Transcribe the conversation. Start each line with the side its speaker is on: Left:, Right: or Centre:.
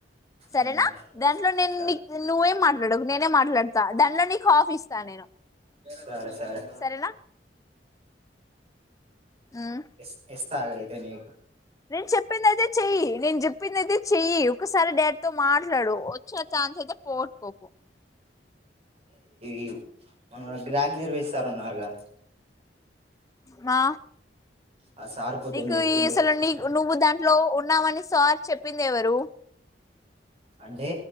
Left: సరేనా
Right: మ్మ్
Left: దాంట్లో నేను
Right: సరే
Left: నీకు నువ్వేం మాట్లాడకు నేనే మాట్లాడతా దాంట్లో నీకు హాఫ్ ఇస్తా నేను
Right: సరే సరే
Left: సరేనా మ్మ్
Right: ఎస్ ఎస్ తాగైతె నీకు
Left: నేను చెప్పిందయితే చెయ్యి, నేను చెప్పిందయితే చెయ్యి, ఒకసారి డాడ్తో మాట్లాడు ఇచ్చిన చాన్స్ అయితే పోగొట్కోకు
Right: ఇ మనం గాగ్రర్ వేస్తారు అన్నారు గా
Left: మా
Right: ఆ సార్ పొద్దన్
Left: నీకు
Right: చెప్పిండు
Left: ఈ అసలు నీ నువ్వు దాంట్లో ఉన్నావని సార్ చెప్పింది ఎవరు
Right: అంటే